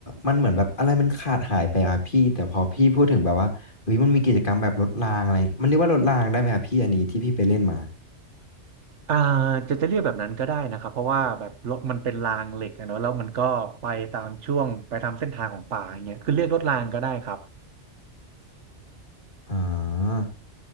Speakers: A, on the left; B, on the right.
A: มันเหมือนแบบอะไรมันขาดหายไปอะพี่แต่พอพี่พูดถึงแบบว่าเฮ้ยมันมีกิจกรรมแบบรถรางอะไรมันเรียกว่ารถรางได้ไหมครับพี่อันนี้ที่พี่ไปเล่นมา
B: อ่าจะจะเรียกแบบนั้นก็ได้นะครับเพราะว่าแบบรถมันเป็นรางเหล็กอะเนอะแล้วมันก็ไปตามช่วงไปตามเส้นทางของป่าอย่างเงี้ยคือเรียกรถรางก็ได้ครับ
A: อ่า